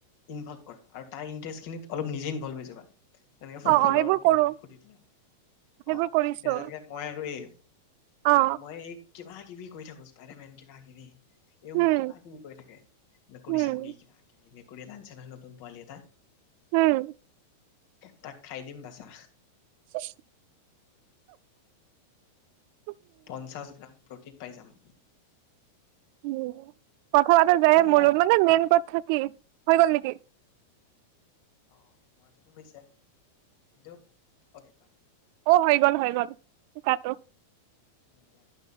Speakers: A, on the left; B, on the right.
A: ইনভল কৰা আৰু তাৰ ইটষ্ট অলপ নিজে ইনভলভ হৈ যাবা। তেনেকে ফুটবলৰ
B: অ অ সেইবোৰ
A: কিবা
B: কৰো
A: কিবি সুধি দিলে অ'
B: সেইবোৰ কৰিছো
A: এতিয়া তেনেকে মই আৰু এই
B: অ
A: মই এই কিবা কিবি কৈ থাকোচ পাৰেে মেন কিবা কিবি এ
B: হম
A: মোক কিবা কিবি কৈ থাকে নকৰি
B: হম
A: চাকৰি কিবা কিবি মেকুৰী লান চান নতন পোৱালি এটা
B: উম
A: তাক খাই দিম বাচা
B: অ' আ
A: পঞ্চাশ গ্ৰাম প্ৰটিন পাই যাম।
B: উ কথা বতা যায়
A: অ অ
B: মোৰ মানে মেইন কথা কি হৈ গ'ল নেকি?
A: অ' হোৱাটোতো হৈছে কিন্তু অ'
B: অ' হৈ গ'ল হৈ গল তাতো
A: কথাটো